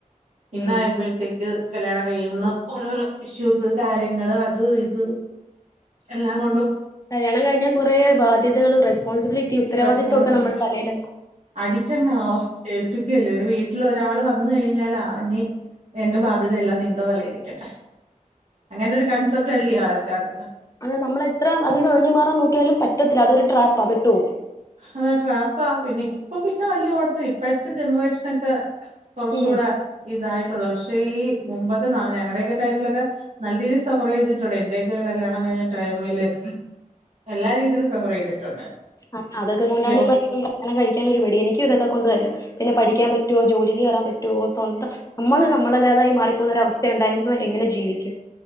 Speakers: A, on the right; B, on the left.
A: പിന്നെആയപ്പോഴത്തേക്ക്
B: ഉം
A: കല്യാണം കഴിയുന്ന ഓരോരോ ഇഷ്യൂസ് കാര്യങ്ങള് അത് ഇത്. എല്ലാം കൊണ്ടും
B: കല്യാണം കഴിഞ്ഞാൽ കൊറെ ബാധ്യതകള് റെസ്പോൺസിബിലിറ്റിയും. ഉത്തരവാദിത്വമൊക്കെ
A: റെസ്പോൺസ്
B: നമ്മുടെ തലേല്
A: അടിച്ചങ്ങ് ഏൽപ്പിക്കുല്ലേ ഒരു വീട്ടിൽ ഒരാള് വന്ന് കഴിഞ്ഞാലാ. എന്റെ ബാധ്യതയെല്ലാം നിന്റെ തലയിലിരിക്കട്ടെ അങ്ങനെ ഒരു കൺസെപ്റ്റ് അല്ലേ ആൾക്കാർക്ക്.
B: അതെ നമ്മളെത്ര അതിൽന്ന് ഒഴിഞ്ഞു മാറാൻ നോക്കിയാലും പറ്റത്തില്ല അതൊരു ട്രാപ്പാ പെട്ടു പോവും.
A: അതാ ട്രാപ്പാ പിന്നെ ഇപ്പൊ പിന്നെ വല്യ കുഴപ്പ ഇപ്പഴത്തെ ജനറേഷനൊക്കെ. കുറച്ചുകൂടെ
B: ഉം
A: ഇതായിട്ടുള്ളത് പക്ഷേ ഈ മുമ്പത്തെ നാള് ഞങ്ങളുടെയൊക്കെ ടൈമിലൊക്കെ. നല്ല രീതിയിൽ സഫർ ചെയ്തിട്ടുണ്ട് എന്റെയൊക്കെ ഒരു കല്യാണം കഴിഞ്ഞ ടൈമില്. എല്ലാ രീതിയിലും സഫർ ചെയ്തിട്ടുണ്ട്.
B: അ അതൊക്കെ കൊണ്ടാണ്
A: യ്യോ
B: ഇപ്പ. <unintelligible> കല്ലാണം കഴിക്കൻ ഒരു മടി എനിക്കും ഇതൊക്കെ കൊണ്ട് തന്നെ പിന്നെ പഠിക്കാൻ പറ്റുവോ ജോലിക്ക് കയറാൻ പറ്റുമോ സ്വന്തം. നമ്മള് നമ്മളല്ലാതായി മാറിപ്പോകുന്ന ഒരു അവസ്ഥ ഉണ്ടായ നമ്മൾ എങ്ങനെ ജീവിക്കും.